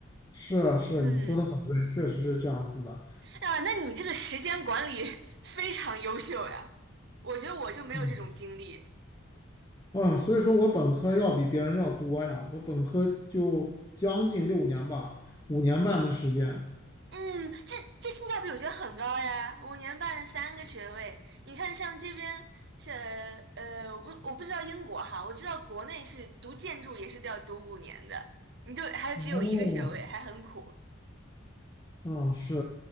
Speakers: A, on the left; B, on the right.
A: 是啊是啊，
B: 嗯，
A: 你说的很对，确实是这样子的。
B: 啊，那你这个时间管理 <laughs> 非常优秀呀，我觉得我就没有这种经历。
A: 嗯，啊，所以说我本科要比别人要多呀，我本科就将近六年吧，五年半的时间。
B: 嗯，这这性价比我觉得很高呀，五年半三个学位。你看，像这边，像呃，我不我不知道英国哈，我知道国内是读建筑也是都要读五年的，你就还只有一个学位，
A: 哦，
B: 还很苦。
A: 啊，是，